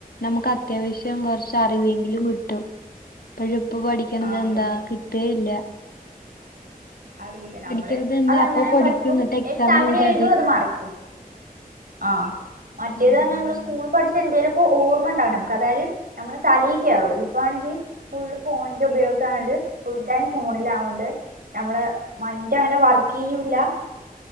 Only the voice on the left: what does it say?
നമ്മുക്ക് അത്യാവശ്യം കൊറച്ച് അറിവെങ്കിലും കിട്ടും ഇപ്പോഴും ഇപ്പം പഠിക്കണത്
എന്താ കിട്ടുകയില്ല
പഠിക്കണത്
എന്താ
അപ്പൊ
എന്നിട്ട് എക്സാം
വരും
അതന്നെ